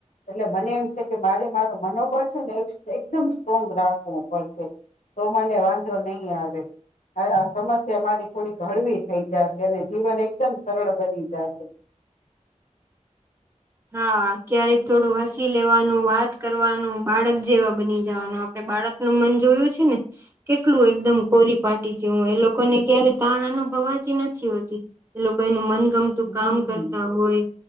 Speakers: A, on the left; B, on the right.
A: એટલે મને એમ છે કે મારે મારો મનોબળ છે ને એકદમ સ્ટ્રોંગ રાખવું પડશે તો મને વા નહી આવે આ સમસ્યા મારી થોડીક હળવી થઈ જાશે અને જીવન એકદમ સરળ બની જાશે.
B: હા ક્યારેક થોડું હસી લેવાનું વાત કરવાનું બાળક જેવા બની જવાનું આપડે બાળકનું મન જોયું છે ને કેટલું એકદમ કોરી પાટી જે હોય. એ લોકોને ક્યારે તાણ અનુભવાતી નથી હોતી, એ લોકો એનું મન ગમતું
A: હમ
B: કામ કરતા હોય.